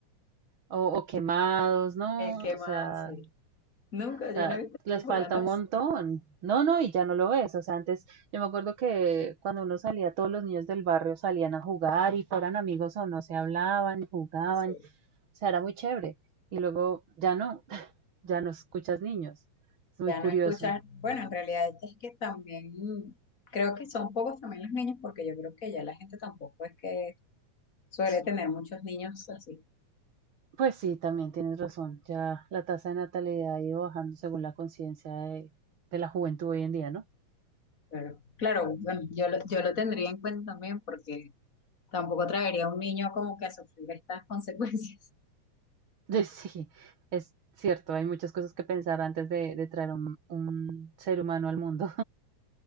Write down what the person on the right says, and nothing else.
o, o quemados, ¿no?
O
sea,
O sea,
les
falta un
montón. No, no, y ya no lo ves. O sea, antes yo me acuerdo que cuando uno salía, todos los niños del barrio salían a jugar y fueran amigos o no, se hablaban, jugaban.
O sea, era muy chévere. Y luego ya no, <laughs> ya no escuchas niños. Es muy
curioso.
Pues sí, también tienes razón. Ya la tasa de natalidad ha ido bajando según la conciencia de, de la juventud hoy en día, ¿no?
<laughs> Sí, es cierto. Hay muchas cosas que pensar antes de, de traer un, un ser humano al mundo.